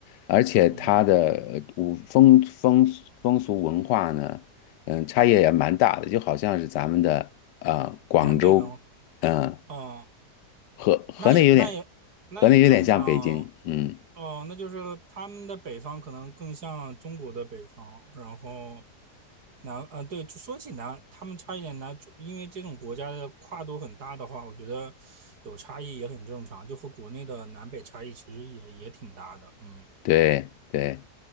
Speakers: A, on the left; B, on the right.
A: 而且它的五风风风俗文化呢，
B: 嗯，
A: 嗯，差异也蛮大的，就好像是咱们的啊、呃广州，
B: 南北文，
A: 嗯、
B: 哦，
A: 河河内有点，
B: 那也那也那也正常，
A: 河内有点像北京，嗯，
B: 哦，那就是他们的北方可能更像中国的北方，然后南，啊，对，就说起南，他们差一点南，因为这种国家的跨度很大的话，我觉得有差异也很正常，就和国内的南北差异其实也也挺大的，嗯
A: 对对。